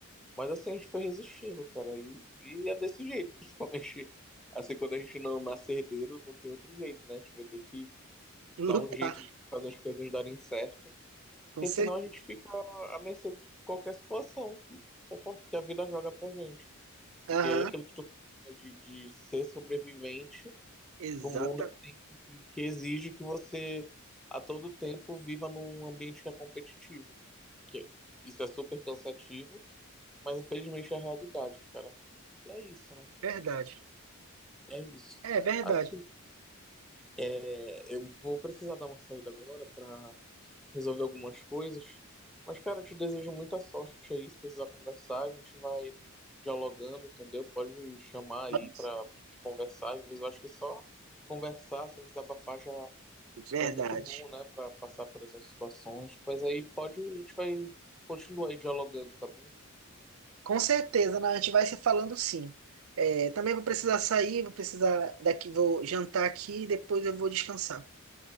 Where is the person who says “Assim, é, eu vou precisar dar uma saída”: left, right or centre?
Centre